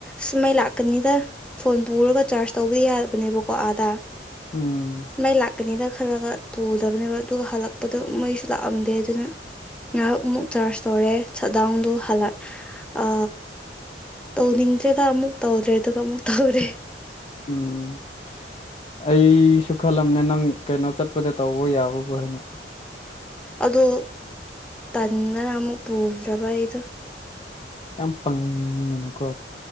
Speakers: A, in the centre; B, on the left.
A: ꯁꯨꯝꯃꯩ ꯂꯥꯛꯀꯅꯤꯗ ꯐꯣꯟ ꯄꯨꯔꯒ ꯆꯥꯔꯖ ꯇꯧꯕ ꯌꯥꯕꯅꯦꯕꯀꯣ ꯑꯥꯗꯥ
B: ꯎꯝ
A: ꯃꯩ ꯂꯥꯛ ꯀꯅꯤꯗ ꯈꯜꯂꯒ ꯄꯨꯗꯕꯅꯦꯕ ꯑꯗꯨꯒ ꯍꯜꯂꯛꯄꯗ ꯃꯩꯁꯨ ꯂꯥꯛꯑꯝꯗꯦ ꯑꯗꯨꯅ ꯉꯥꯏꯍꯥꯛꯃꯨꯛ ꯆꯥꯔꯖ ꯇꯧꯔꯦ ꯁꯠ ꯗꯥꯎꯟꯗꯨ ꯍꯜꯂꯛ ꯑ ꯇꯧꯅꯤꯡꯗ꯭ꯔꯦꯗ ꯑꯃꯨꯛ ꯇꯧꯗ꯭ꯔꯦꯗꯨ ꯑꯃꯨꯛ ꯇꯧꯔꯦ
B: ꯎꯝ ꯑꯩꯁꯨ ꯈꯜꯂꯝꯅꯦ ꯅꯪ ꯀꯩꯅꯣ ꯆꯠꯄꯗ ꯇꯧꯕ ꯌꯥꯕꯕꯨ ꯍꯥꯏꯅ
A: ꯑꯗꯣ ꯇꯟꯗꯅ ꯑꯃꯨꯛ ꯄꯨꯗ꯭ꯔꯕ ꯑꯩꯗꯣ
B: ꯌꯥꯝ ꯄꯪꯒꯅꯨꯀꯣ